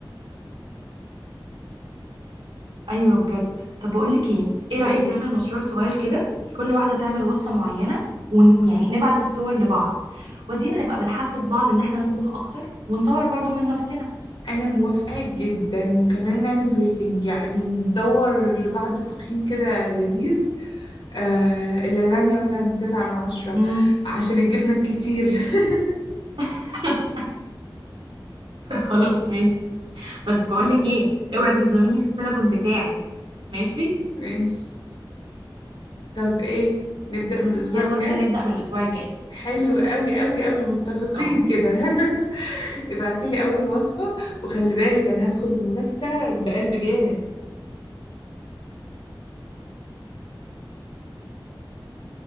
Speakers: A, on the right (about 80°); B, on the left (about 80°).
A: ايوه بجد طب بقول لك ايه ايه رأيك
B: ال-
A: نعمل مشروع صغير كده كل واحدة تعمل وصفة معينة ويعني نبعت الصور لبعض ودينا نبقى بنحفز بعض ان احنا نطبخ اكتر ونطور برضو من نفسنا
B: أنا موافقة جدا وكمان نعمل ريتنج يعني ندور لبعض تقييم كده لذيذ آه اللازانيا مثلا تسعة من عشرة
A: مم.
B: عشان الجبنة الكتير <laughs>
A: <laughs> خلاص ماشي بس بقول لك ايه
B: ايه
A: اوعي تظلميني في السنابون بتاعي ماشي
B: ماشي طب ايه نبدأ من الأسبوع
A: يلا
B: الجاي
A: بينا نبدأ من الاسبوع الجاي
B: حلو أوي أوي أوي متفقين
A: اه
B: كده <laughs> ابعتي لي اول وصفة وخلي بالك انا هدخل المنافسة بقلب جامد